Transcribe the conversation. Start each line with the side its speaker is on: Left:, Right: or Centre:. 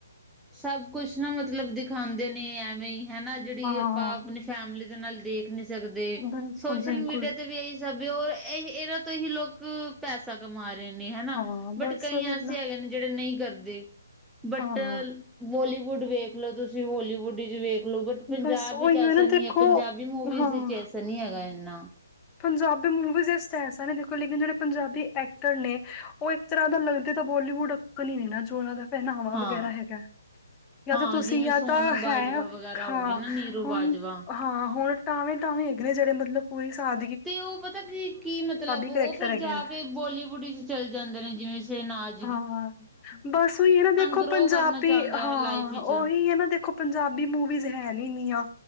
Centre: ਸਭ ਕੁਛ ਨਾ ਮਤਲਬ ਦਿਖਾਉਂਦੇ ਨੇ ਐਵੇਂ ਹੀ। ਹਨਾ ਜਿਹੜੀ
Left: ਹਾਂ
Centre: ਆਪਾਂ ਆਪਣੀ ਫੈਮਲੀ ਦੇ ਨਾਲ ਦੇਖ ਨੀ ਸਕਦੇ,
Left: ਬਿਲਕੁਲ
Centre: ਸੋਸ਼ਲ
Left: ਬਿਲਕੁਲ
Centre: ਮੀਡੀਆ ਤੇ ਵੀ ਇਹੀ ਤੇ ਹੋਰ ਇ ਇਹਨਾਂ ਤੋਂ ਹੀ ਲੋਕ ਪੈਸਾ ਕਮਾ ਰਹੇ ਨੇ ਹਨਾ।
Left: ਹਾਂ
Centre: ਬਟ
Left: ਬਸ
Centre: ਕਈ
Left: ਉਹੀ
Centre: ਐਸੇ
Left: ਨਾ
Centre: ਹੈਗੇ ਨੇ ਜਿਹੜੇ ਨਹੀਂ ਕਰਦੇ ਬਟ
Left: ਹਾਂ
Centre: ਬੋਲੀਵੁੱਡ ਵੇਖਲੋ ਤੁਸੀਂ ਹੋਲੀਵੁੱਡ ਚ ਵੇਖ ਲੋ। ਪੰਜਾਬ
Left: ਬਸ ਉਹੀ
Centre: ਵਿੱਚ ਐਸਾ
Left: ਨਾ
Centre: ਨਹੀਂ
Left: ਦੇਖੋ
Centre: ਹੈ, ਪੰਜਾਬੀ ਮੂਵੀਜ਼
Left: ਹਾਂ
Centre: ਵਿੱਚ ਐਸਾ ਨੀ ਹੈਗਾ ਇੰਨਾ।
Left: ਪੰਜਾਬੀ ਮੂਵੀਜ਼ ਏਸ <unintelligible> ਐਸਾ ਨੇ ਦੇਖੋ ਲੇਕਿਨ ਜੇੜੇ ਪੰਜਾਬੀ ਐਕਟਰ ਨੇ ਓ ਤਰ੍ਹਾਂ ਦਾ ਲੱਗਦੇ ਤਾਂ ਬੋਲੀਵੁੱਡ ਅੱਕਲ ਈ ਨੀ ਨਾ ਜੋ ਓਨਾਂ ਦਾ ਪਹਿਨਾਵਾਾਂ
Centre: ਹਾਂ
Left: ਵਗੈਰਾ ਹੈਗਾ। ਯਾ
Centre: ਹਾਂ
Left: ਤਾ ਤੁਸੀ
Centre: ਜਿਵੇਂ
Left: ਯਾ
Centre: ਸੋਨਮ
Left: ਤਾ
Centre: ਬਾਜਵਾ
Left: ਹੈ
Centre: ਵਗੈਰਾ
Left: ਹਾਂ
Centre: ਹੋ ਗਈ ਨਾ ਨੀਰੂ
Left: ਹੁਣ
Centre: ਬਾਜਵਾ
Left: ਹਾਂ ਹੁਣ ਟਾਵੇਂ ਟਾਵੇਂ ਹੈਗੇ ਜੇੜੇ ਮਤਲਬ ਕੋਈ ਸਾਲ
Centre: ਤੇ ਓ ਪਤਾ ਕੀ ਕੀ ਮਤਲਬ
Left: ਕਰੈਕਟਰ
Centre: ਓ ਫਿਰ
Left: ਹੈਗੇ
Centre: ਜਾ
Left: ਨੇ
Centre: ਕੇ ਬੋਲੀਵੁੱਡ ਇਚ ਚਲ ਜਾਂਦੇ ਨੇ ਜਿਵੇਂ ਸੇ ਨਾਲ।
Left: ਹਾਂ, ਬਸ ਉਈ ਏ ਨਾ ਦੇਖੋ
Centre: ਗਰੋ
Left: ਪੰਜਾਬੀ
Centre: ਕਰਨਾ ਚਾਹੁੰਦਾ
Left: ਹਾਂ
Centre: ਹੈ ਲਾਈਫ ਵਿੱਚ
Left: ਉਹੀ ਹੈ ਨਾ ਦੇਖੋ ਪੰਜਾਬੀ ਮੂਵੀਜ਼ ਹੈ ਨੀ ਇਨੀਆ